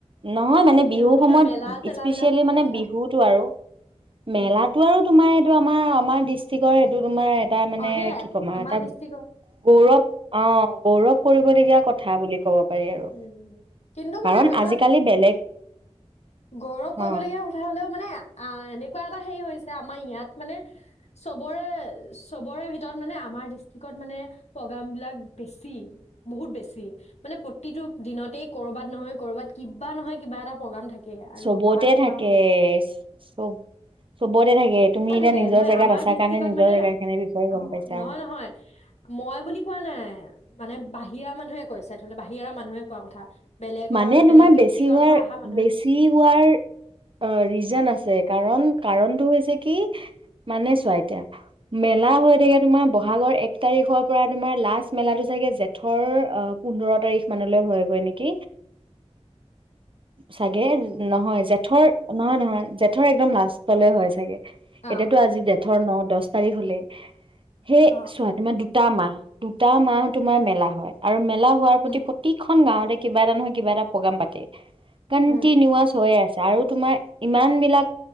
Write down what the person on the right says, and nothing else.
নহয় মানে
বিহু
সময়ত
স্পেচিয়েলি
মানে
বিহুতটো আৰু মেলাতো
আৰু তোমাৰ টো আমাৰ আমাৰ ডিষ্ট্ৰিক্টৰ এইটো তোমাৰ এটা মানে
কি ক'ম আৰু
এটা
গৌৰৱ অ গৌৰৱ এতিয়া কথা বুলি ক'ব পাৰি আৰু
কাৰণ
আজিকালি বেলেগ
অ
চবতে
থাকে
চব চবতে থাকে তুমি
এতিয়া
নিজৰ
জেগাত
আছা
কাৰণে নিজৰ
জেগা খিনিৰ বিষয়ে
গম পাইছা
মানে তোমাৰ
বেছি হোৱাৰ
বেছি হোৱাৰ অ ৰিজন আছে কাৰণ কাৰণতটো হৈছে কি মানে চোৱা এতিয়া মেলা হৈ থাকে তোমাৰ বহাগৰ এক তাৰিখৰ পৰা তোমাৰ লাষ্ট মেলাটো চাগে জেঠৰ অ পোন্ধৰ তাৰিখ মানলৈ হয়গৈ নেকি কি চাগে নহয় জেঠৰ নহয়
নহয় জেঠৰ একদম লাজ সিফালে হয় চাগে
এতিয়াতো আজি জেঠৰ ন দহ তাৰিখ হ'লে সেই
চোৱা তোমাৰ তামা দুটা মাহ
তোমাৰ মেলা হয় আৰু মেলা হোৱাৰ
প্ৰতি প্ৰতিখন গাঁৱতে কিবা এটা নহয় কিবাটা প্ৰগ্ৰেম পাতে কণ্টিনুৱচ
হৈ আছে তাৰো তোমাৰ ইমান বিলাক